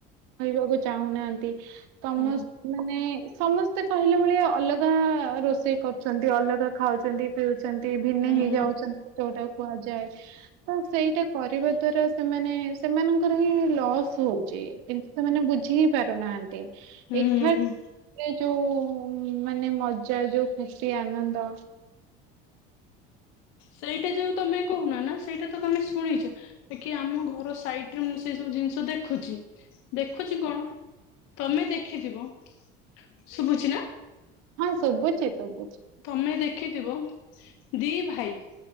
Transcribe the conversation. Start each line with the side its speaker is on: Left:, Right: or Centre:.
Right: ରହିବାକୁ ଚାହୁଁନାହାଁନ୍ତି ସମ
Left: ହଉ
Right: ମାନେ ସମସ୍ତେ କହିଲା ଭଳିଆ ଅଲଗା ରୋଷେଇ କରୁଛନ୍ତି ଅଲଗା ଖାଉଛନ୍ତି ପିଉଛନ୍ତି ଭିନେ
Left: ହୁଁ
Right: ହେଇଯାଉଛନ୍ତି ଯୋଉଟାକୁ କୁହାଯାଏ। ତ ସେଇଟା କରିବା ଦ୍ଵାରା ସେମାନେ ସେମାନଙ୍କର ହିଁ ଲସ୍ ହଉଛି। କିନ୍ତୁ ସେମାନେ ବୁଝି ହିଁ ପାରୁନାହାଁନ୍ତି।
Left: ହୁଁ
Right: ଏଖା ଏ ଯୋଉ ମାନେ ମଜା ଯୋଉ ଖୁ କି ଆନନ୍ଦ।
Left: ସେଇଟା ଯୋଉ ତମେ କହୁନ ନା ସେଇଟା ତ ତମେ ଶୁଣିଛ। ଯେ କି ଆମ ଘର ସାଇଟ୍ ରେ ମୁଁ ସେଇ ସବୁ ଜିନିଷ ଦେଖୁଛି ଦେଖୁଛି କଣ ତମେ ଦେଖିଥିବ ଶୁଭୁଛିି ନା?
Right: ହଁ ଶୁଭୁଛି ଶୁଭୁଛି।
Left: ତମେ ଦେଖିଥିବ ଦି ଭାଇ